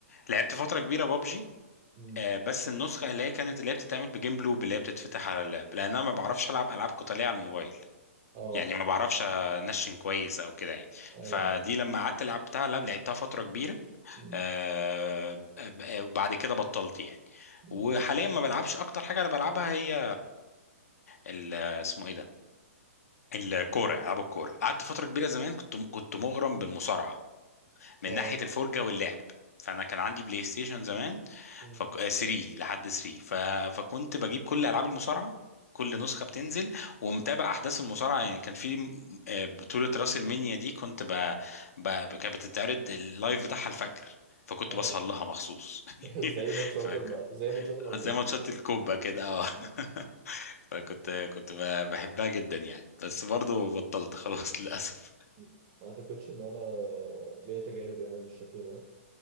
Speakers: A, on the left; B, on the right.
A: لعبت فتره كبيره بابجي
B: امم
A: آه، بس النسخه اللي هي كانت اللي هي بتتعمل بجيم لوب اللي هي بتتفتح على اللاب لان انا ما بعرفش العب العاب قتاليه على الموبايل
B: اه
A: يعني ما بعرفش انشن كويس او كده يعني
B: ايوه
A: فدي لما قعدت لعبتها لعب لعبتها فتره كبيره
B: امم
A: آه، آه، بعد كده بطلت يعني
B: أمم.
A: وحاليا ما بلعبش اكتر حاجه انا بلعبها هي ال- اسمه ايه ده الكوره العاب الكوره قعدت فتره كبيره زمان كنت كنت مغرم بالمصارعه من
B: اه
A: ناحية الفرجة واللعب فأنا كان عندي بلاي ستيشن زمان
B: امم
A: فك... آه، 3 لحد 3 ف... فكنت بجيب كل ألعاب المصارعة كل
B: أمم.
A: نسخة بتنزل ومتابع أحداث المصارعة يعني كان في آه، بطولة راس المنيا دي كنت ب... ب... ب- كانت بتتعرض اللايف بتاعها الفجر فكنت
B: ايوه
A: بسهر لها مخصوص
B: <laughs> زي
A: <laughs>
B: ماتشات
A: فكان
B: ال... زي ماتشات الارجنتين
A: زي ماتشات الكوبا كده اه
B: أمم.
A: <laughs> فكنت كنت ب- بحبها جدا يعني بس برضو بطلت خلاص <laughs> للأسف
B: أمم. ما اعتقدش ان انا ليا تجارب يعني بالشكل ده